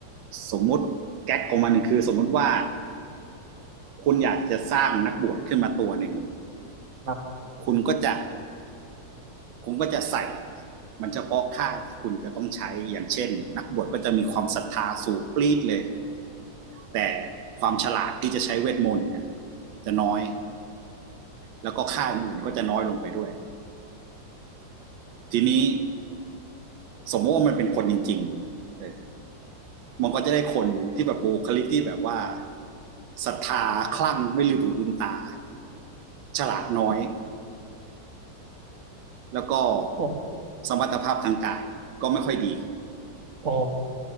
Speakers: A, on the right (about 90°); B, on the right (about 45°).
A: สมมติแก๊กของมันหนึ่งคือสมมุติว่าคุณอยากจะสร้างนักบวชขึ้นมาตัวหนึ่ง
B: ครับ
A: คุณก็จะคุณก็จะใส่มันเฉพาะค่าที่คุณจะต้องใช้อย่างเช่นนักบวชก็จะมีความศรัทธาสูงปรีดเลยแต่ความฉลาดที่จะใช้เวทมนต์เนี่ยจะน้อยแล้วก็ค่าอื่นก็จะน้อยลงไปด้วยทีนี้ สมมติว่ามันเป็นคนจริงๆเออมันก็จะได้คนที่แบบบุคลิกที่แบบว่าศรัทธาคลั่งไม่ลืมหูลืมตาฉลาดน้อยแล้วก็
B: โอ้
A: สมรรถภาพทางกายก็ไม่ค่อยดี
B: อ๋อ